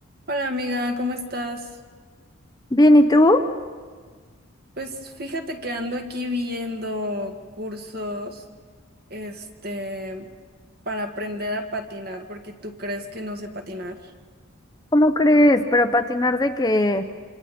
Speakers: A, on the right (about 50°); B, on the left (about 20°).
A: Hola amiga, ¿cómo estás?
B: Bien, ¿y tú?
A: Pues fíjate que ando aquí viendo cursos, este, para aprender a patinar, porque tú crees que no sé patinar.
B: ¿Cómo crees? ¿Pero patinar de qué?